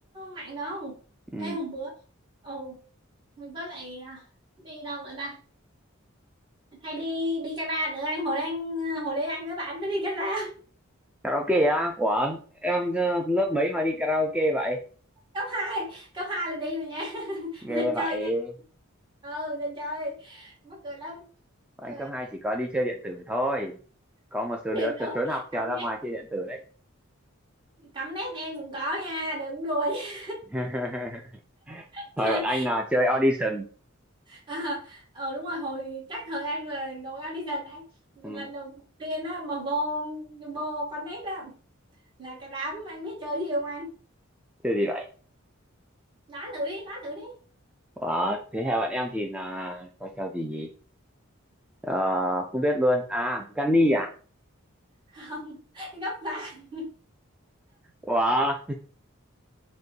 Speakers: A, on the right; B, in the centre.
A: mặn đâu
B: ừ.
A: ê hôm bữa ồ với lại à, đi đâu nữa ta hay đi đi Cara nữa anh hồi đang hồi đấy anh với bạn có đi Cara
B: karaoke á ủa em ờ, lớp mấy mà đi karaoke vậy
A: cấp hai cấp hai là đi rồi nha <laughs>
B: ghê
A: nên chơi
B: vậy
A: nha ừ nên chơi mắc cười lắm
B: Bọn
A: ừ.
B: anh cấp 2 chỉ có đi chơi điện tử thôi có một số đứa
A: nên
B: tr-
A: nữa
B: trốn học trèo
A: cắm
B: ra
A: nét
B: ngoài chơi điện tử đấy
A: cắm nét em cũng có nha đừng đùa nha.
B: <laughs>
A: <laughs>
B: Thôi
A: chơi
B: bọn anh là chơi audition
A: à, ờ đúng rồi hồi chắc thời An là nội An đi dần anh lần
B: ừ.
A: đầu tiên á mà vô vô con nét á là cả đám anh biết chơi gì không anh
B: chơi gì vậy
A: đoán thử đi đoán thử đi
B: Ủa, thế theo bạn em thì là có trò gì nhỉ? Ờ, không biết luôn. À, Gunny à?
A: không <laughs> gấp vàng
B: Ủa,